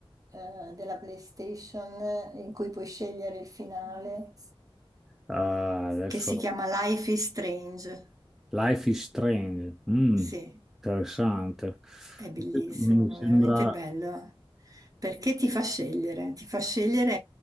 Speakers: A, on the right (about 35°); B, in the centre.
A: eh, della PlayStation eh, in cui puoi scegliere il finale,
B: Ah, adesso
A: che si chiama Life is Strange.
B: Life is Strange, Mm,
A: Sì,
B: interessante.
A: È bellissimo,
B: Mi
A: è
B: sembra.
A: veramente bello, perché ti fa scegliere, ti fa scegliere